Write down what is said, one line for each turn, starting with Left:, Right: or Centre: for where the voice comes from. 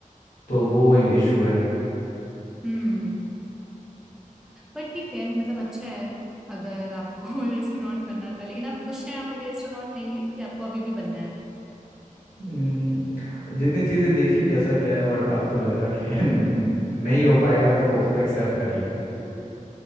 Left: तो वो एक इशू है
Centre: हम्म बट ठीक है मतलब अच्छा है अगर आपको <laughs> एस्ट्रोनॉट बनना था लेकिन आप खुश हैं आप अभी एस्ट्रोनॉट नहीं है कि आपको अभी भी बनना
Left: हम्म, जितनी चीजें देखी कैसा क्या है बट अब तो लग रहा है कि <laughs> न- नहीं हो पाएगा तो उसको एक्सेप्ट कर लिया है।
Centre: है <laughs>